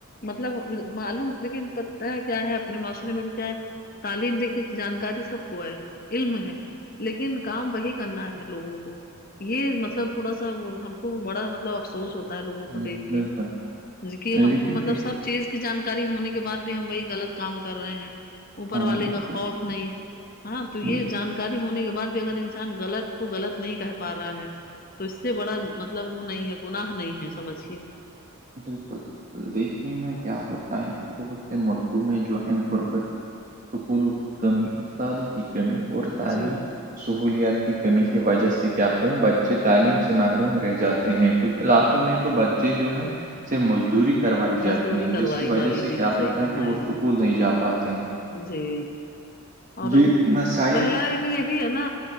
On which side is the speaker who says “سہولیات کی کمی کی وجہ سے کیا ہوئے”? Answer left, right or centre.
Right